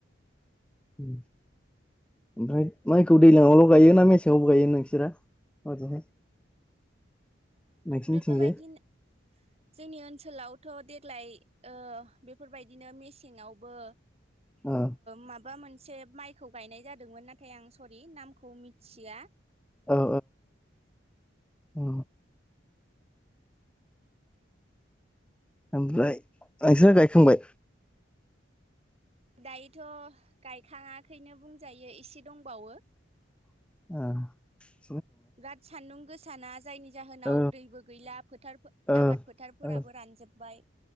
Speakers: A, in the centre; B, on the right.
A: औ। ओमफ्राय माइखौ दैज्लांआवल' गायो ना मेसेंआवबो गायो नोंसोरा हजोंहाय नोंसिनिथिंजाय
B: बेफोरबायदि जोंनि ओनसोलावथ' देग्लाय। बेफोरबायदिनो मेसेंआवबो
A: ओ
B: माबा मोनसे एसे माइखौ गायनाय जादोंमोन नाथाय आं सरि नामखौ मिथिया
A: औ औ। ओमफ्राय नोंस्रा गायखांबाय?
B: दायोथ' गायखाङाखैनो बुंजायो एसे दंबावो।
A: <inaudible>
B: बिराद सान्दुं गोसाना जायनि जाहोनाव
A: औ
B: दैबो गैला फोथार
A: औ
B: आबाद फोथारफोराबो
A: औ
B: रानजोब्बाय